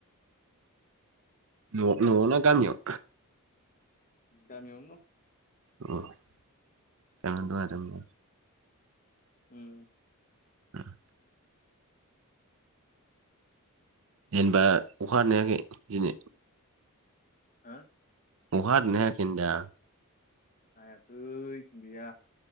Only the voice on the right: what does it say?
न'-न'आव ना गामियाव?
अ <unintelligible>
<unintelligible> जेनबा अखा हादना हायाखै दिनै?
अखा हादोंना हायाखै होन्दां?